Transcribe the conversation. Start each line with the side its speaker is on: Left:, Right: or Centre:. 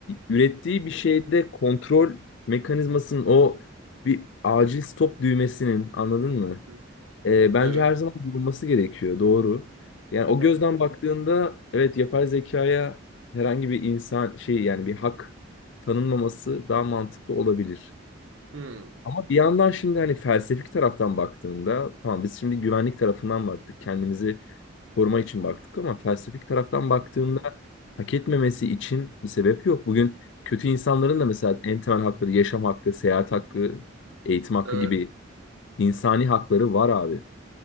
Left: ürettiği bir şeyde kontrol mekanizmasının o bir acil stop düğmesinin anladın mı?
Right: Hı hı.
Left: Ee, bence
Right: Evet.
Left: her zaman bulunması gerekiyor. Doğru. Yani
Right: Hı
Left: o
Right: hı.
Left: gözden baktığında evet yapay zekaya herhangi bir insan şey yani bir hak tanınmaması daha mantıklı olabilir.
Right: Hı.
Left: Ama bir yandan şimdi hani felsefik taraftan baktığında tamam biz şimdi güvenlik tarafından baktık. Kendimizi koruma için baktık ama felsefik taraftan
Right: Hı
Left: baktığında hak etmemesi için bir sebep yok. Bugün kötü insanların
Right: hı.
Left: da mesela en temel hakları yaşam hakkı, seyahat hakkı, eğitim hakkı
Right: Evet.
Left: gibi insani hakları var abi.